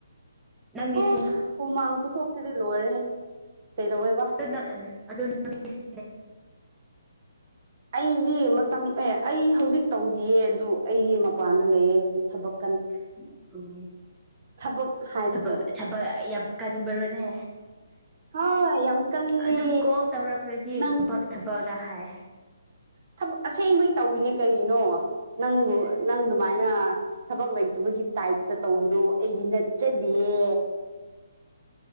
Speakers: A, in the centre; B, on the right.
A: ꯅꯪꯗꯤ
B: ꯑꯣ
A: ꯁꯦꯝ
B: ꯍꯨꯃꯥꯡ ꯈꯨꯊꯣꯛꯁꯤꯗꯤ ꯂꯣꯏꯔꯦꯍꯦ ꯀꯩꯗꯧꯋꯦꯕꯥ
A: <unintelligible>
B: ꯑꯩꯒꯤ ꯃꯇꯝ ꯑꯦ ꯑꯩ ꯍꯧꯖꯤꯛ ꯇꯧꯗꯦꯌꯦ ꯑꯗꯨ ꯑꯩꯗꯤ ꯃꯄꯥꯟꯗ ꯂꯩꯌꯦ ꯍꯧꯖꯤꯛ ꯊꯥꯕꯛ
A: <inaudible>
B: ꯊꯕꯛ ꯍꯥꯏꯕꯕꯨ
A: ꯊꯕꯛ ꯊꯕꯛ ꯌꯥꯝ ꯀꯟꯕ꯭ꯔꯣꯅꯦ
B: ꯍꯥ ꯌꯥꯝ ꯀꯜꯂꯦ
A: ꯑꯗꯨꯝ ꯀꯣꯜ ꯇꯧꯔꯛꯔꯗꯤ
B: ꯅꯪ
A: ꯊꯕꯛ ꯊꯕꯛꯗ ꯍꯥꯏ
B: ꯊꯕꯛ ꯑꯁꯦꯡꯕꯩ ꯇꯧꯏꯔꯤꯅꯤ ꯀꯔꯤꯅꯣ ꯅꯪꯕꯨ
A: ꯑꯁ
B: ꯅꯪ ꯗꯨꯃꯥꯏꯅ ꯊꯕꯛ ꯂꯩꯇꯕꯒꯤ ꯇꯥꯏꯞꯇ ꯇꯧꯕꯗꯣ ꯑꯩꯗꯤ ꯅꯠꯆꯗꯦ